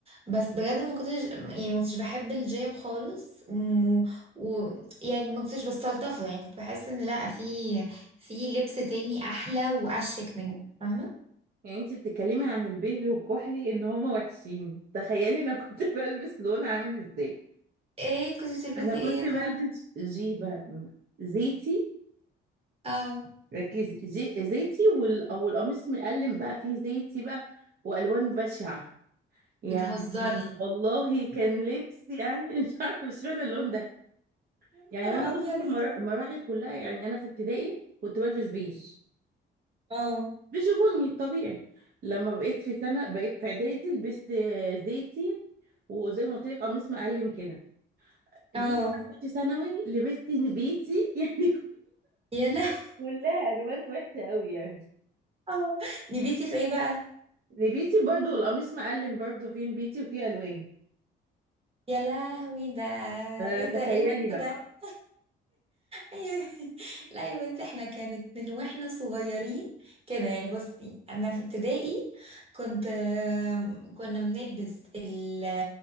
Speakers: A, on the right; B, on the right.
A: بس بجد ما كنتش يعني ما كنتش بحب الجيب خالص و... و... يعني ما كنتش بستلطفه يعني كنت بحس ان لا في في لبس تاني احلى واشيك من كده فاهمه
B: يعني انت بتتكلمي عن البيج والكحلي إن هما وحشين تخيلي أنا كنت <laughs> بلبس لون عامل ازاي؟
A: ايه كنت بتلبسي
B: أنا كنت
A: ايه يا
B: بلبس
A: نهار
B: جيبة زيتي
A: اه
B: ركزي زي... زيتي وال... او القميص مقلم بقى فيه زيتي بقى والوان بشعه يعني
A: بتهزري
B: والله كان لبس يعني <laughs> مش عارفه مش فاهمه اللون ده
A: يا نهار
B: يعني وانا بصي
A: ابيض بجد
B: مرا- مراحل كلها يعني انا في ابتدائي كنت بلبس بيج
A: اه
B: بيج وبني طبيعي لما بقيت في سنه بقيت في اعدادي لبست زيتي وزي ما قلت لك قميص مقلم كده
A: اه
B: جيت بقى رحت ثانوي لبست نبيتي <laughs> يعني
A: يا لهوي
B: كلها الوان وحشه قوي يعني
A: اه نبيتي في ايه بقى
B: نبيتي برضو والقميص مقلم برضو فيه نبيتي وفيه الوان
A: يا لهوي ده
B: فتخيلي
A: ايه ده ايه الميكس
B: بقى
A: ده أيوة. <laughs> لا يا بنتي احنا كانت من واحنا صغيرين كده يعني بصي انا في ابتدائي كنت آم، كنا بنلبس ال